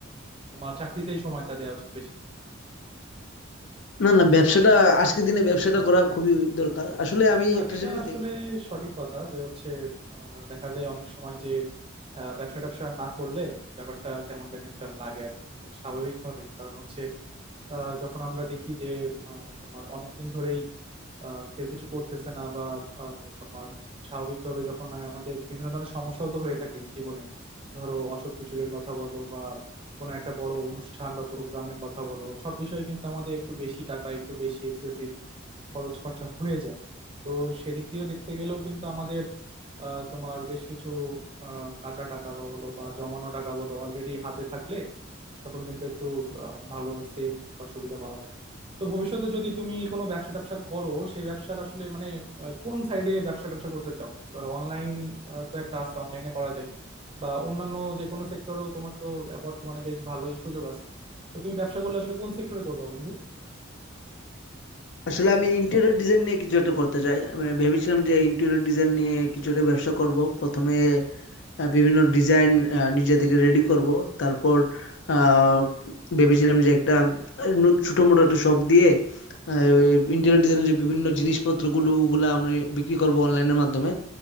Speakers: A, on the right; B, on the left.
A: তোমার চাকরিতেই সময়টা দেওয়া উচিত বেশি
B: না, না ব্যবসাটা আজকের দিনে ব্যবসাটা করা খুবই দরকার।
A: আচ্ছা
B: আসলে
A: আচ্ছা
B: আমি
A: না
B: একটা
A: এটা
B: জিনিস
A: আসলে
B: দেখেছি
A: সঠিক কথা যে হচ্ছে আহ, দেখা যায় অনেক সময় যে আহ, ব্যবসা ট্যাবসা না করলে ব্যাপারটা কেমন জানি একটা লাগে আর কি। স্বাভাবিকভাবেই কারণ হচ্ছে আহ, যখন আমরা দেখি যে আহ, তোমার অনেক দিন ধরেই আহ, কেউ কিছু করতেছে না বা আহ, তোমার স্বাভাবিকভাবে যখন আয় আমাদের বিভিন্ন ধরনের সমস্যাও তো হয়ে থাকে জীবনে ধরো অসুখ বিসুখের কথা বলো বা কোনো একটা বড় অনুষ্ঠান বা প্রোগ্রামের কথা বলো সব বিষয়ে কিন্তু আমাদের একটু বেশি টাকা একটু বেশি এক্সেসিভ খরচ খরচা হয়ে যায় তো সেদিক দিয়ে দেখতে গেলেও কিন্তু আমাদের আহ, তোমার বেশ কিছু আহ, কাঁচা টাকা বা বলো বা জমানো টাকা বলো অলরেডি হাতে থাকলে তখন কিন্তু একটু আহ, ভালো সেফ বা সুবিধা পাওয়া যায় তো ভবিষ্যতে যদি তুমি কোনো ব্যবসা ট্যাবসা করো সেই ব্যবসার আসলে মানে আহ, কোন সাইডে ব্যবসা ট্যাবসা করতে চাও ধরো অনলাইন তো একটা আছে অনলাইনে করা যায় বা অন্যান্য যে কোনো সেক্টরেও তোমার তো আহ, বর্তমানে বেশ ভালোই সুযোগ আছে তো তুমি ব্যবসা করলে আসলে কোন সেক্টরে করবা বন্ধু
B: আসলে আমি ইন্টেরিয়র ডিজাইন নিয়ে কিছু একটা করতে চাই। আমি ভেবেছিলাম যে ইন্টেরিয়র ডিজাইন নিয়ে কিছু একটা ব্যবসা করব। প্রথমে আ বিভিন্ন ডিজাইন আ নিজে থেকে রেডি করব। তারপর আ ভেবেছিলাম যে একটা আ নু ছোটমোটো একটা শপ দিয়ে আ ইন্টেরিয়র ডিজাইনের যে বিভিন্ন জিনিসপত্রগুলো ওগুলা আমি বিক্রি করব অনলাইনের মাধ্যমে।